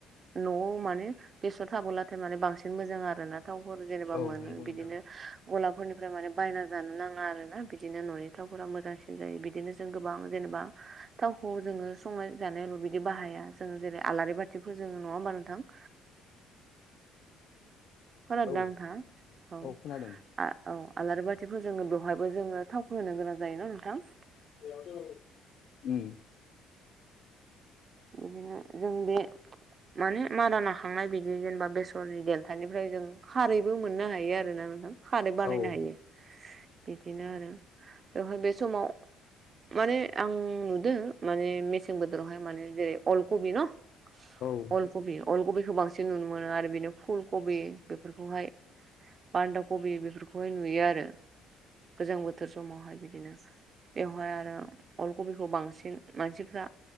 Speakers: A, on the right (about 40°); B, on the left (about 60°).
A: न'आव माने बेसर थाबोलाथाय माने बांसिन मोजां आरोना थावफोर जेनेबा
B: औ
A: मोनो
B: नंगौ
A: बिदिनो
B: नोंथां
A: गला फोरनिफ्राय माने बायना जानो नाङा आरोना बिदिनो न'नि थावफोरा मोजांसिन जायो बिदिनो जों गोबां जेनेबा थावखौ जोङो संनाय जानायल' बिदि बाहाया जों जेरै आलारि बा थि फोजोङो नङा होमबा नोंथां खोनादों
B: औ
A: ना नोंथाङा औ
B: खोनादों उम
A: औ आलारि बाथिफोर जोङो बेवहायबो जोङो थावखौ होनो गोनां जायो ना नोंथां
B: <unintelligible> उम
A: ओम इदिनो जों बे माने मारा नाखांनाय बिदि जेनेबा बेसरनि देनथानिफ्राय जों खारैबो मोननो हायो आरो ना नोंथां खारै बानायनो
B: औ उम
A: हायो बिदिनो आरो बेवहाय बे समाव माने आं नुदों माने मेसें बोथोरावहाय माने जेरै अल कबि न'
B: औ उम औ उम
A: अलकबि अलकबिखौ बांसिन नुनो मोनो आरो बेनो फुल कबि बेफोरखौहाय बान्दा कबि बेफोरखौहाय नुयो आरो गोजां बोथोर समावहाय बिदिनो बेवहाय आरो अल खबिखौ बांसिन मानसि फोरा